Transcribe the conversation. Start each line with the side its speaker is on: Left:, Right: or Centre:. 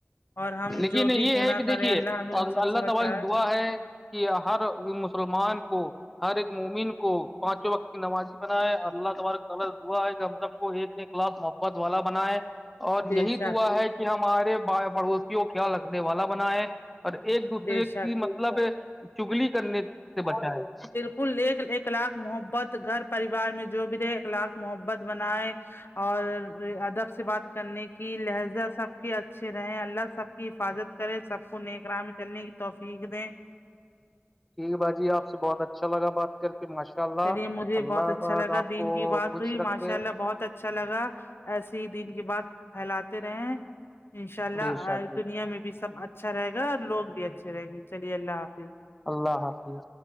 Left: اور ہم
Centre: لیکن
Left: جو بھی
Centre: یہ
Left: گناہ
Centre: ہے کہ
Left: کریں
Centre: دیکھیے
Left: اللہ ہمیں ان
Centre: اللہ
Left: سب سے بچائے
Centre: تبار دعا ہے کہ ہر مسلمان کو ہر ایک مومن کو پانچوں وقت کی نمازی بنائے اللہ تبارک طغط دا ہے کہ ہم سب کو ایک نے ک للاف محبت والا بنائے اور
Left: بے
Centre: یہی
Left: شک
Centre: دعا ہے کہ ہمارے پڑوسیوں خیال رکھنے والا بنا ہے اور ایک دوسرے
Left: بے
Centre: کی
Left: شک
Centre: مطلب چگلی کرنے سے بچا ہے
Left: کل ایک ایک لاکھ محبت گھر پریوار میں جو بھی رہے ایک لاکھ محبت بنائے اور ادب سے بات کرنے کی لہجہ سب کے اچھے رہے اللہ سب کی حفاظت کرے سب کو نیک راہ میں چلنے کی توفیق د
Centre: ٹیک باج آپ سے بہت اچھا لگا بات کر کے ماشاء اللہ
Left: چلیے مجھے
Centre: اللہ
Left: بہت اچھا
Centre: پاک
Left: لگا
Centre: آپ
Left: دین
Centre: کو
Left: کی بات
Centre: خوش
Left: ہوئی
Centre: رکھے
Left: ماشاء اللہ بہت اچھا اچھا لگا ایسے ہی دن کے بعد پھیلاتے رہے انشاء اللہ
Centre: بے شک
Left: دنیا میں بھی سب اچھا رہے گا اور لوگ بھی اچھے رہیں گے چلیے اللہ حافظ
Centre: اللہ حافظ